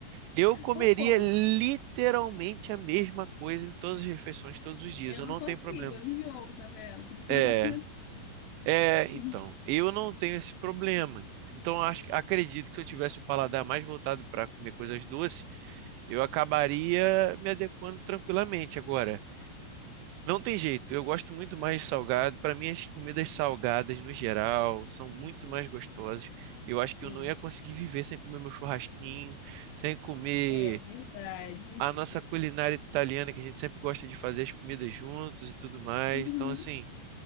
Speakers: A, on the right; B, on the left.
A: Eu comeria
B: Um pouco.
A: literalmente a mesma coisa em todas as refeições, todos os dias.
B: Eu
A: Eu
B: não
A: não
B: consigo,
A: tenho problema.
B: eu enjoo, tá vendo? Por isso que
A: É,
B: eu não posso comer
A: é, então,
B: tudo.
A: eu não tenho esse problema. Então, acho, que- acredito que se eu tivesse o paladar mais voltado para comer coisas doces, eu acabaria me adequando tranquilamente. Agora, não tem jeito. Eu gosto muito mais de salgado. Para mim, as comidas salgadas, no geral, são muito mais gostosas. Eu acho que
B: Sim,
A: eu não ia conseguir viver sem comer meu churrasquinho, sem comer
B: é verdade.
A: a nossa culinária italiana, que a gente sempre gosta de fazer as comidas juntos e tudo mais.
B: Uhum.
A: Então, assim,